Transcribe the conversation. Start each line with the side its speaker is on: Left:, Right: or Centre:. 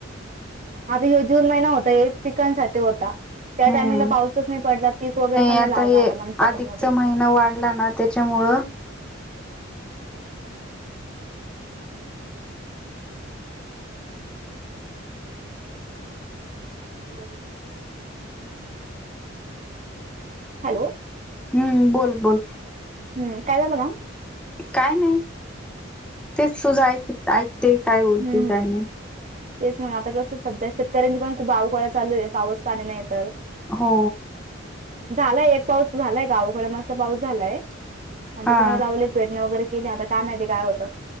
Right: आता जून महिना होता हे पिकांसाठी होता. त्या
Centre: हम्म
Right: टाइमिंगला पाऊसच नाही पडला पीक वगैरे पण
Centre: आता
Right: नाही लावता
Centre: हे
Right: आला मॅम शेतानंमध्ये
Centre: अधिकचा महिना वाढला ना त्येच्यामुळ
Right: <unintelligible> हॅलो.
Centre: हम्म बोल बोल.
Right: हम् काय झालं मॅम?
Centre: काय नाही, तेच तुझं ऐक, ऐकते काय बोलते
Right: हम्म
Centre: काय
Right: हम्म
Centre: नाही.
Right: तेच मग, आता कसं सध्या शेतकऱ्यांनी पण खूप आवकळा चालू आहे पाऊस पाणी नाही तर
Centre: हो
Right: झालाय एक पाऊस झालाय गावाकड मस्त पाऊस झालाय. आणि
Centre: हा
Right: त्याच्यामध्ये लावले पेरण्या वगैरे केले, आता काय माहीती काय होतं.